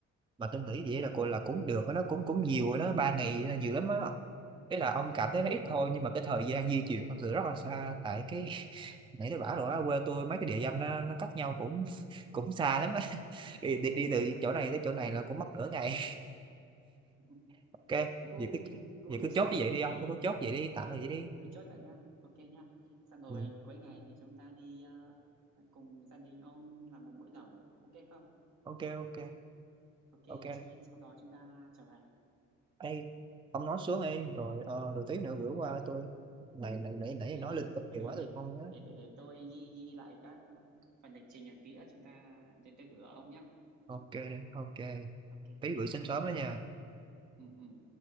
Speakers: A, on the right; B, on the right.
A: mà tôi nghĩ
B: ừ,
A: vậy là gọi là cũng được á, nó cũng cũng nhiều rồi đó ba ngày là nhiều lắm á đấy là ông cảm
B: à
A: thấy nó ít thôi nhưng mà cái thời gian di chuyển thật sự rất là xa tại cái <laughs> nãy tôi bảo rồi á quê tôi mấy cái địa danh nó, nó cách nhau cũng cũng xa lắm á <laughs> đi, đi đi
B: ai
A: từ
B: chả
A: chỗ này tới chỗ này là cũng mất nửa ngày
B: <laughs>
A: ok
B: cũng
A: vậy cứ
B: cũng
A: vậy
B: không
A: cứ
B: sao
A: chốt như vậy đi ông
B: thì
A: cứ chốt vậy đi tạm
B: ok
A: thời vậy đi
B: cứ chốt vậy nhá ok nhá xong rồi
A: ừ.
B: cuối ngày thì chúng ta đi ờ, cùng gia đình ông làm một bữa lẩu ok không
A: ok ok
B: ok
A: ok
B: rồi sau, sau đó chúng ta trở về
A: Ê, ông nói xuống đi rồi ờ, rồi tí nữa gửi qua tôi này này nãy nãy
B: ok
A: nói
B: nhá
A: linh tinh nhiều
B: ok để
A: quá
B: để,
A: rồi không á
B: để, để, để tôi ghi, ghi lại các ờ, phần lịch trình rồi tí nữa chúng ta để tôi gửi ông nhá
A: ok ok
B: ok
A: tí
B: ok
A: gửi sớm sớm đó nha
B: ừ ừ